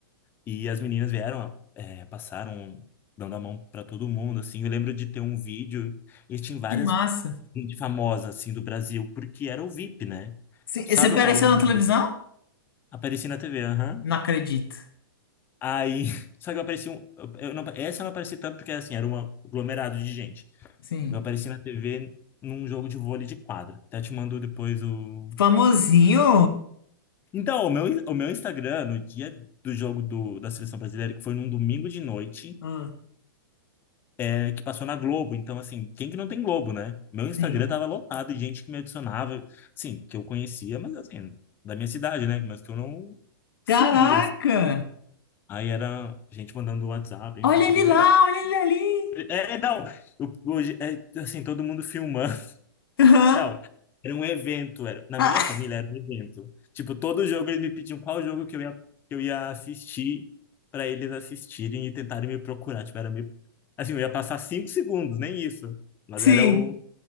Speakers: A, on the left (about 15°); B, on the left (about 75°).
A: E as meninas vieram, é, passaram dando a mão pra todo mundo, assim. Eu lembro de ter um vídeo e tinha várias
B: Que massa.
A: gente famosa, assim, do Brasil, porque era o VIP, né?
B: Sim,
A: Sabe
B: e você apareceu
A: o Paulo André?
B: na televisão?
A: Aparecia na TV, aham.
B: Não acredito.
A: Aí, <laughs> só que eu apareci um, eu não, essa eu não apareci tanto porque assim, era um aglomerado de gente.
B: Sim.
A: Eu apareci na TV num jogo de vôlei de quadra. Até te mando depois o.
B: Famosinho?
A: Então, o meu, o meu Instagram, no dia do jogo do, da Seleção Brasileira, que foi num domingo de noite,
B: Ah,
A: é, que passou na Globo. Então, assim, quem que não tem Globo, né? Meu Instagram
B: sim.
A: tava lotado de gente que me adicionava, assim, que eu conhecia, mas assim, da minha cidade, né? Mas que eu não seguia.
B: Caraca!
A: assim. Aí era gente mandando WhatsApp, enfim,
B: Olha
A: foi
B: ele
A: bem
B: lá,
A: legal.
B: olha ele ali.
A: É, não, o- hoje, é, assim, todo mundo filmando. <laughs>
B: Aham.
A: Não, era um evento, era, na
B: Ah,
A: minha família era um evento. Tipo, todo jogo eles me pediam qual jogo que eu ia, que eu ia assistir para eles assistirem e tentarem me procurar. Tipo, era meio, assim, eu ia passar cinco segundos, nem isso. Mas
B: sim.
A: era o,